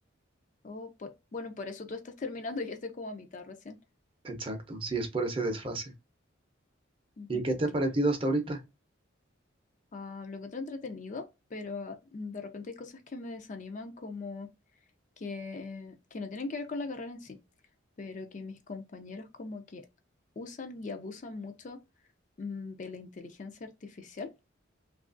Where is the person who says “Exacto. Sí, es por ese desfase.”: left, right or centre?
Right